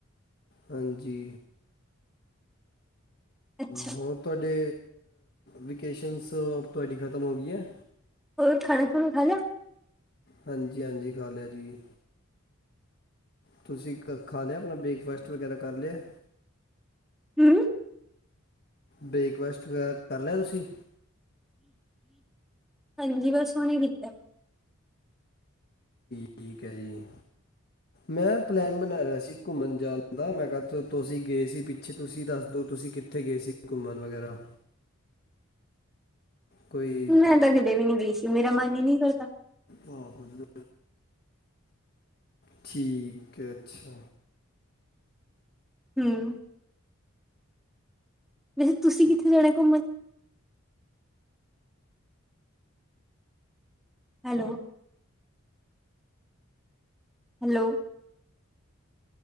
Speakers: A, on the left; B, in the centre.
A: ਹਾਂਜੀ
B: ਅੱਛਾ
A: ਹੋਰ ਤੁਹਾਡੇ ਵੇਕੇਸ਼ਨਸ ਤੁਹਾਡੀ ਖਤਮ ਹੋ ਗਈਆਂ
B: ਹੋਰ ਖਾਣਾ ਖੂਣਾ ਖਾ ਲਿਆ
A: ਹਾਂਜੀ ਹਾਂਜੀ ਖਾ ਲਿਆ ਜੀ ਤੁਸੀਂ ਖਾ ਲਿਆ ਆਪਣਾ ਬ੍ਰੇਕਫਾਸਟ ਵਗੈਰਾ ਕਰ ਲਿਆ
B: ਹਮ
A: ਬ੍ਰੇਕਫਾਸਟ ਵਗੈਰਾ ਕਰ ਲਿਆ ਤੁਸੀਂ
B: ਹਾਂਜੀ ਬਸ ਹੁਣੇ ਕੀਤਾ
A: ਠੀਕ ਹੈ ਜੀ ਮੈਂ ਪਲੈਨ ਬਣਾ ਰਿਹਾ ਸੀ ਘੁੰਮਣ ਜਾਣ ਦਾ ਮੈਂ ਕਿਹਾ ਤੁਸੀਂ ਗਏ ਸੀ ਪਿੱਛੇ ਤੁਸੀਂ ਦੱਸ ਦਿਉ ਤੁਸੀਂ ਕਿੱਥੇ ਗਏ ਸੀ ਘੁੰਮਨ ਵਗੈਰਾ ਕੋਈ
B: ਮੈਂ ਤਾਂ ਕਿਤੇ ਵੀ ਨੀ ਗਈ ਸੀ ਮੇਰਾ ਮਨ ਹੀ ਨੀ ਕਰਦਾ
A: ਹਾ ਹੁਨ ਠੀਕ ਏ ਅੱਛਾ
B: ਹਮ ਵੈਸੇ ਤੁਸੀਂ ਕਿੱਥੇ ਜਾਣਾ ਘੁੰਮਣ ਹੈਲੋ ਹੈਲੋ